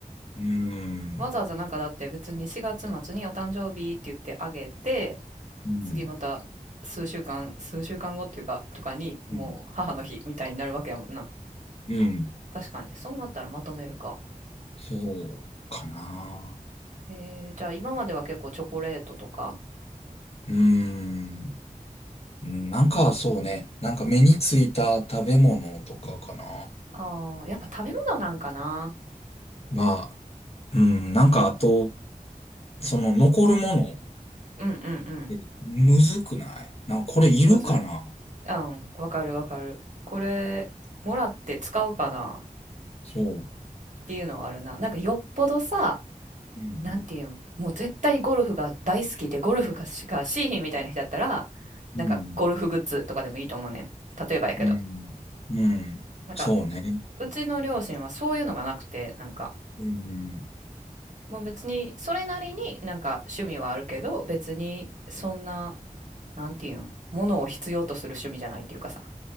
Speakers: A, on the left (about 45°); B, on the right (about 60°).
A: うーん。
B: わざわざなんかだって別に4月末にお誕生日って言ってあげて、
A: うん。
B: 次また数週間、数週間後っていうか、とかに、もう母の日みたいになるわけやもんな。
A: うん。うん。
B: 確かに。そうなったらまとめるか。
A: そうかな。
B: えー、じゃあ今までは結構チョコレートとか
A: うーん。なんかそうね。なんか目についた食べ物とかかな。
B: ああ、やっぱ食べ物なんかな。
A: まあ、うん。なんかあと、その残るもの、
B: うんうんうん。
A: えむずくないなんかこれいるかな
B: むずい。うん、わかるわかる。これ、もらって使うかなっ
A: そ
B: ていうのはあるな。なんかよっぽどさ、
A: う。うん。
B: なんていうん、もう絶対ゴルフが大好きでゴルフがしかしーひんみたいな人だったら、なんかゴルフグッズとかでもいいと思うねん。
A: うん。
B: 例えばやけど。
A: うん。うん。
B: なんか
A: そうね。
B: うちの両親はそういうのがなくて、なんか、
A: うん。
B: もう別に、それなりになんか趣味はあるけど、別にそんな、なんていうん、ものを必要とする趣味じゃないっていうかさ。